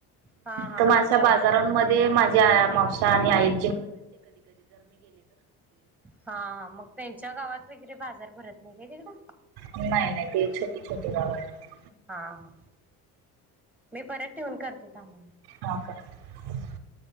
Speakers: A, in the centre; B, on the right (about 70°).
A: हा हा
B: तर म
A: तुमच्या
B: अशा बाजारांमध्ये
A: गावात
B: माझा <unintelligible> मावशा आणि आई
A: हा हा, मग त्यांच्या गावात वगैरे बाजार भरत नाही काय तिकडं?
B: नाही नाही ते छोटी छोटी गावं हायत.
A: हा हा, मी परत ठेवून करते थांबा.
B: हा करा.